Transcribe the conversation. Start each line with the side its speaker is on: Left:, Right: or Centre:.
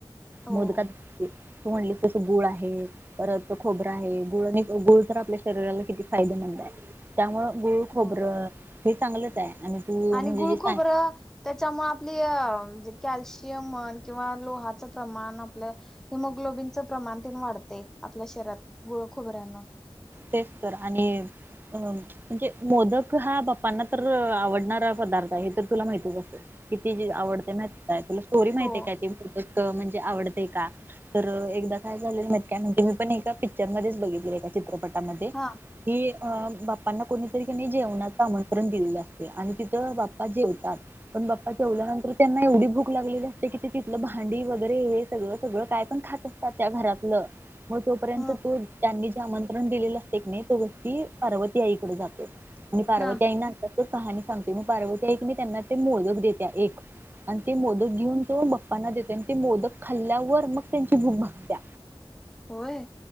Centre: हो
Right: मोदकात त म्हणले तस गुळ आहे, परत खोबरं आहे, गुळ आणि गुळ तर आपल्या शरीराला किती फायदेमंद आहे. त्यामुळं गूळ, खोबरं
Centre: हो
Right: हे चांगलंच आहे. आणि तू
Centre: आणि
Right: म्हणजे
Centre: गुळखोबरं
Right: जे सां
Centre: त्याच्यामूळ आपली अ म्हणजे कॅल्शियम म्हण किंवा लोहाचं प्रमाण, आपलं हिमोग्लोबिनचं प्रमाण त वाढते आपल्या शरीरात गूळ खोबऱ्यानं.
Right: तेच तर आणि अ म्हणजे एक मोदक हा बाप्पांना तर आवडणारा पदार्थ आहे हे तर तुला माहतीच असणार किती आवडते माहिती काय तुला स्टोरी माहितीे
Centre: हो
Right: काय तीतक म्हणजे आवडते का तर एकदा काय झालेलं काय म्हणजे पण एका पिक्चरमध्येच बघित <unintelligible> चित्रपटामध्ये
Centre: हा
Right: की अं बाप्पांना कोणी जेवणाच आमण आपण दिलं असते आणि तिथं बाप्पा जेवतात. पण बाप्पा जेवल्यानंतर त्यांना एवढी भूक लागली ग. ते किती तिथलं भांडी वगैरे हे सगळं सगळं काय पण खातात ना त्या घरातलं मग तोपर्यंत
Centre: ह
Right: तोच त्यांनी आमंत्रण दिलेलं असते की नाही, तो गोष्टी पार्वती आईकडे जातो आणि पार्वती
Centre: हा
Right: आई ना कहाणी सांगते मी, पार्वती आई की नाही त्यांना ते मोदक देत्या एक आणि ते मोदक घेऊन तो बाप्पांना देते आणि ते मोदक खाल्ल्यावर मग त्यांची भूक भागत्या
Centre: होय.